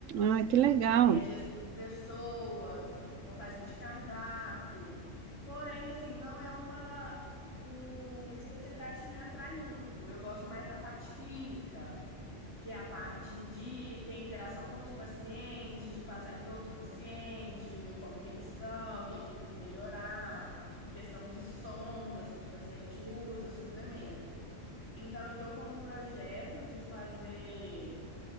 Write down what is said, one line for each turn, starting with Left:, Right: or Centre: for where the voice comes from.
Right: Ah, que legal.
Left: Aí tem a gestão de pessoas, montagem de cardápio. Porém, assim, não é uma, um- uma especialidade que me atrai muito. Eu gosto mais da parte clínica que é a parte de ter interação com os pacientes, de passar em todos os pacientes, de ver como que eles estão, o que é que tem que melhorar, questão de sondas que os pacientes usam, suplemento. Então, eu estou com um projeto de fazer